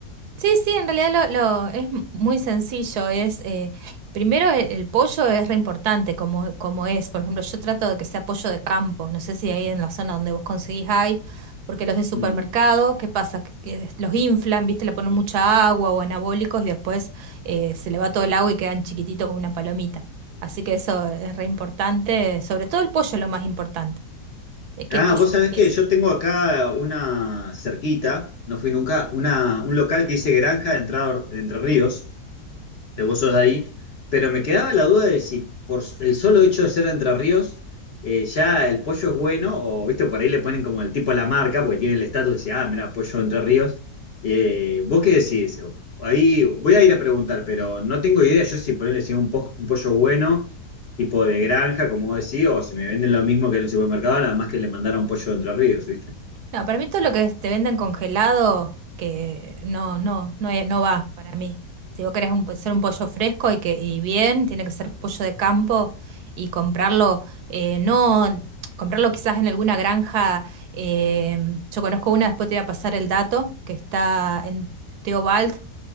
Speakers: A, on the right; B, on the left.
A: Sí, sí, en realidad lo, lo- es muy sencillo. Es eh, primero el, el pollo es re importante como, como es. Por ejemplo, yo trato de que sea pollo de campo. No sé si ahí en la zona donde vos conseguís hay, porque los de supermercado,
B: Mm.
A: ¿qué pasa? Que que des- los inflan, ¿viste? Le ponen mucha agua o anabólicos y después eh, se le va todo el agua y quedan chiquititos como una palomita. Así que eso es re importante. Sobre todo el pollo es lo más importante. Eh, ¿Qué
B: Ah,
A: pollo
B: vos sabés
A: elegís?
B: que yo tengo acá una cerquita, no fui nunca, una, un local que dice Granja de Entrado- de Entre Ríos. que vos sos de ahí, pero me quedaba la duda de si por s- el solo hecho de ser de Entre Ríos, eh, ya el pollo es bueno, o viste, por ahí le ponen como el tipo a la marca, porque tiene el estatus de decir, ah, mira, pollo de Entre Ríos. Eh, ¿vos qué decís? Ahí voy a ir a preguntar, pero no tengo idea yo si ponerle si es un, po- un pollo bueno, tipo de granja, como vos decís, o si me venden lo mismo que en el supermercado, nada más que le mandara un pollo de Entre Ríos, ¿viste?
A: No, para mí todo lo que te venden congelado, que no, no, no, e- no va para mí. Si vos querés un, hacer un pollo fresco y que y bien, tiene que ser pollo de campo y comprarlo, eh, no, comprarlo quizás en alguna granja. eh, yo conozco una, después te voy a pasar el dato, que está en Teobal,